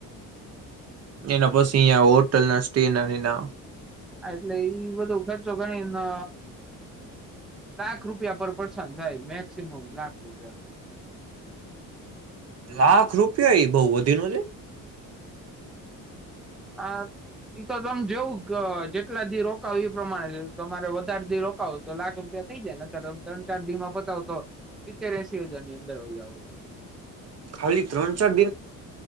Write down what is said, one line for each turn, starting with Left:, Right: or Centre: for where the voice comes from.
Right: હ એના પછી હોટલ ના સ્ટે ના ને એના
Centre: હા એટલે બધો ખર્ચો ગણીને લાખ રૂપિયા પર પર્સન થાય મેક્સિમમ લાખ રૂપિયા
Right: લાખ રૂપિયા એ બહ વધી ન છેે
Centre: આ એ તો તમે જેવું જેટલા દી રોકાવ એ પ્રમાણે તમારે વધારે દી રોકાવો તો લાખ રૂપિયા થઈ જાયને તો તમે ત્ર ચાર દી માં પતાવો તો સિત્તેર એસીી હજારની અંદર આવી આવો ત
Right: હાલી ત્રણ ચાર દિન